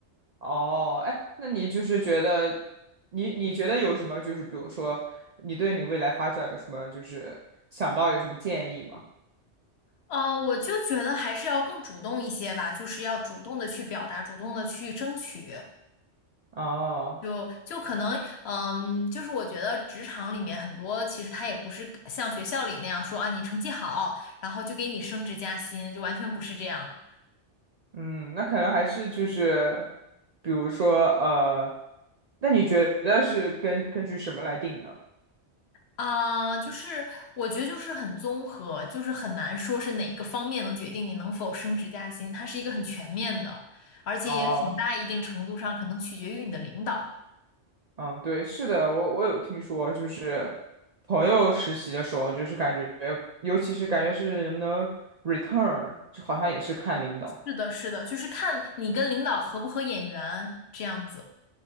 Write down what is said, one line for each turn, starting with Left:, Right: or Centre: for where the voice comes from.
Right: 哦，哎，那你就是觉得，你你觉得有什么？就是比如说，你对你未来发展有什么？就是想到有什么建议吗？
Left: 啊，我就觉得还是要更主动一些吧，就是要主动的去表达，主动的去争取。
Right: 哦，
Left: 就就可能，嗯，就是我觉得职场里面很多，其实他也不是像学校里那样说啊，你成绩好，然后就给你升职加薪，就完全不是这样。
Right: 嗯，那可能还是就是，比如说，呃，那你觉得是根根据什么来定的？
Left: 啊，就是我觉得就是很综合，就是很难说是哪个方面能决定你能否升职加薪，它是一个很全面的，而且也很大一定程度上可能取决于你的领导。
Right: 哦，嗯，对，是的，我我有听说，就是朋友实习的时候，就是感觉，尤其是感觉是能不能 return，就好像也是看领导。
Left: 是的，是的，就是看你跟领导合不合眼缘这样子。